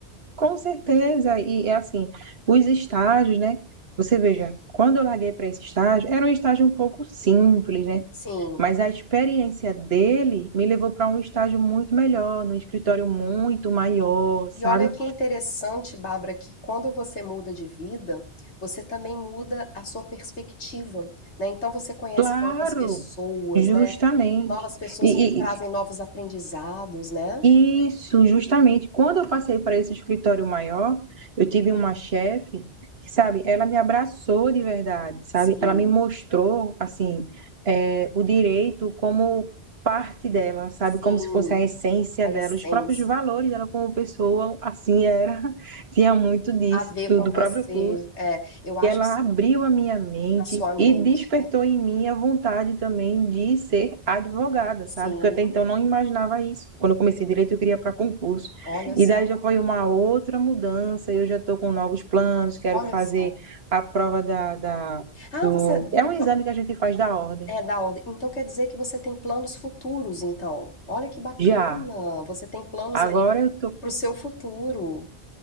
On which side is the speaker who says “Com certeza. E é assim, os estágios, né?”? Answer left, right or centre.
Right